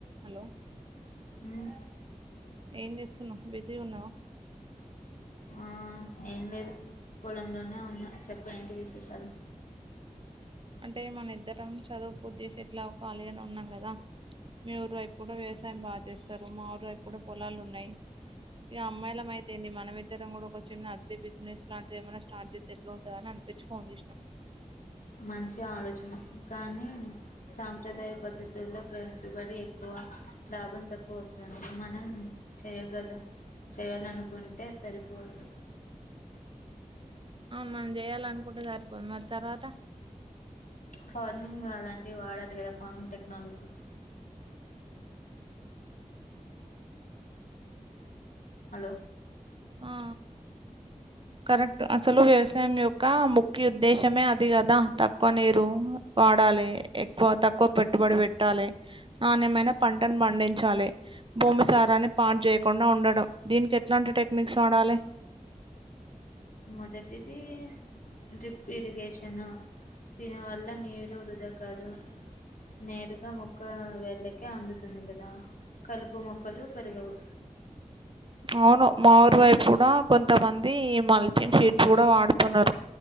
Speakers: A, on the right (about 40°); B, on the left (about 90°).
A: Hello
B: ఉమ్
A: ఏం జేస్సున్నావ్ బిజీగా ఉన్నావా
B: ఆ ఏం లేదు పొలంలోనే ఉన్న చెప్ ఏంటి విశేషాలు
A: అంటే మనం ఇద్దరం చదువు పూర్తి చేసి ఎట్లా ఖాళీగానే ఉన్నాం కదా మీ ఊరు ఎయిప్పు కూడా వ్యవసాయం బాగా చేస్తారు మా ఊరు ఎప్పు కూడా పొలాలు ఉన్నాయి ఇక అమ్మాయిలము అయితేంది మనంమిద్దరం కూడా ఒక చిన్న అగ్రి బిజినెస్ లాంటిది ఏమైనా స్టార్ట్ చేస్తే ఎట్లా ఉంటందని అన్ పచ్చి ఫోన్ చేసినా
B: మంచి ఆలోచన కానీ సాంప్రదాయ పద్ధతుల్లో పె పెట్టుబడి ఎక్కువ లాభం తక్కువ వస్తది మనం చేయగల చేయాలను కొంటే సరిపోదు
A: అవును మనం చేయాలనుకుంటే సరిపోదు మరి తర్వాత
B: ఫార్మింగ్ అలాంటివి వాడాలి కదా ఫార్మింగ్ టెక్నాలజీస్ హలో
A: ఆ కరెక్ట్ అసలు వ్యవసాయం యొక్క ముఖ్య ఉద్దేశమే అది కదా తక్కువ నీరు వాడాలి ఎక్కువ తక్కువ పెట్టుబడి పెట్టాలి నాణ్యమైన పంటను పండించాలి భూమి సారాన్ని పాడు చేయకుండా ఉండడం దీనికి ఎట్లాంటి టెక్ మిక్స్ వాడాలి
B: మొదటిది డ్రిప్ ఇరిగేషను దీనివల్ల నీరు వృధా కాదు నేరుగా మొక్క వేళ్ళకే అందుతుంది కదా కలుపు మొక్కలు పెరగవు
A: <inaudible> అవును మా ఊరి వైపు కూడా కొంతమంది ఈ మల్చింగ్ షీట్స్ కూడా వాడుతున్నారు